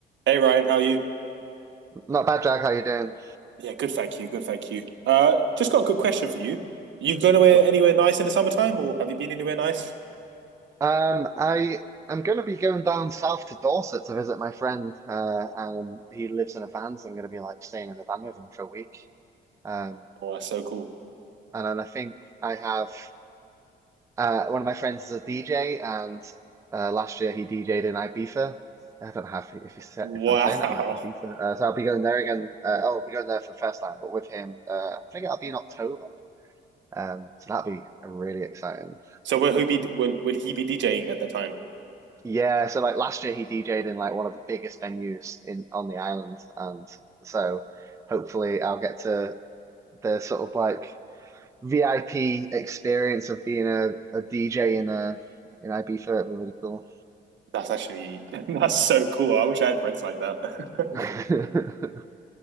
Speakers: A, on the right; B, on the right.
A: Hey Ryan, how are you?
B: Not bad, Jack. How you doing?
A: Yeah, good, thank you. Good, thank you. Uh, just got a good question for you. You going anywhere
B: Cool.
A: anywhere nice in the summertime, or have you been anywhere nice?
B: Um, I am going to be going down south to Dorset to visit my friend. Uh, um, he lives in a van, so I'm going to be like staying in a van with him for a week. Um,
A: Oh, that's so cool.
B: and then I think I have uh, one of my friends is a DJ, and uh, last year he DJ'd in Ibiza. I don't know if if, he said,
A: Wow.
B: if I'm saying that right, Ibiza. Uh, so I'll be going there again. Uh, oh, I'll be going there for the first time, but with him. Uh, I think it'll be in October. Um, so that'll be really exciting.
A: So will he be will, will he be DJing at that time?
B: Yeah, so like last year he DJ'd in like one of the biggest venues in on the island, and so hopefully I'll get to the sort of like VIP experience of being a, a DJ in a in Ibiza. It'd be really cool.
A: That's actually <laughs> that's so cool. I wish I had friends like that. <laughs>
B: <laughs>